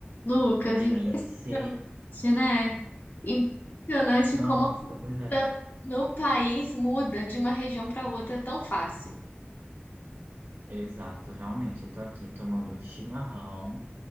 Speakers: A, on the left; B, on the right.
A: Lucas,
B: Lenice.
A: impressionante, né? Impressionante
B: Nossa,
A: como a cultura
B: pois é.
A: no país muda de uma região para outra tão fácil.
B: Exato, realmente. Eu tô aqui tomando um chimarrão